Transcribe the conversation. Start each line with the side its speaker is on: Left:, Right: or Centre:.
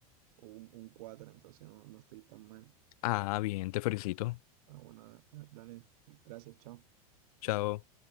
Right: un, un 4 entonces no, no estoy tan mal.
Left: Ah, bien, te felicito.
Right: Ah, bueno, da- da- dale, gracias, chao.
Left: Chao.